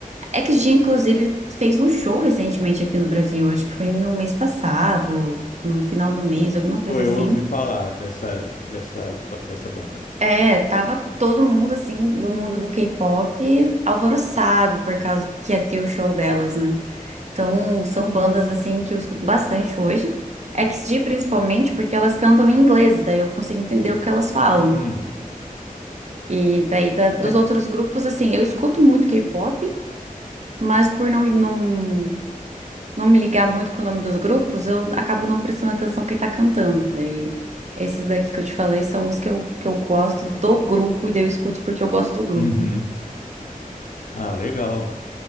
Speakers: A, on the right; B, on the left.
A: XG, inclusive, fez um show recentemente aqui no Brasil. Acho que foi no mês passado, no final do mês, alguma coisa
B: Pô, eu
A: assim.
B: ouvi falar dessa, dessa, dessa banda.
A: É, tava todo mundo, assim, do mundo do K-pop alvoroçado por causa que ia ter o show delas, né? Então, são bandas, assim, que eu escuto bastante hoje. XG, principalmente, porque elas cantam em inglês, daí eu consigo entender o que elas falam.
B: Hum,
A: E daí, da- dos
B: é.
A: outros grupos, assim, eu escuto muito K-pop, mas por não, não não me ligar muito com o nome dos grupos, eu acabo não prestando atenção quem tá cantando. Daí, esses daqui que eu te falei são os que eu, que eu gosto do grupo, e daí eu escuto porque eu gosto do grupo.
B: Uhum. Ah, legal,